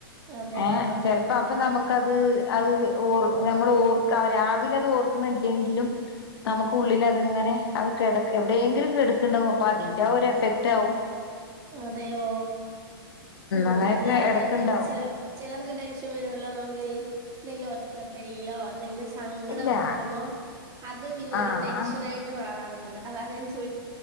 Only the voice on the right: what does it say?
അതെ
ആഹ്
ആഹ്
അതെയോ ഉം
അല്ല
എന്തെങ്ക് ചെല ചെലർക്ക് ടെൻഷൻ വരുവല്ലോ നമു <unintelligible> എന്തെങ്കിലും ഒറ്റപ്പെടയിലോ അന്തെങ്കിലും സങ്കടൊക്കെ
വരുമ്പോം അത് പിന്നൊരു
ടെൻഷൻ ആയിട്ട് മാറാറു ഉണ്ട് അത ഞാൻ ചോദി